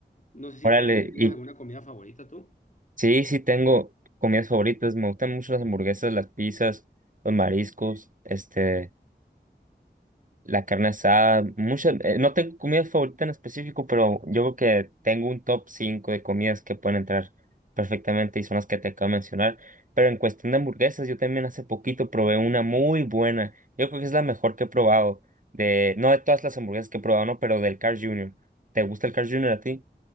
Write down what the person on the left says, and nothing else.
No sé si,
por ejemplo, tienes
alguna comida favorita tú.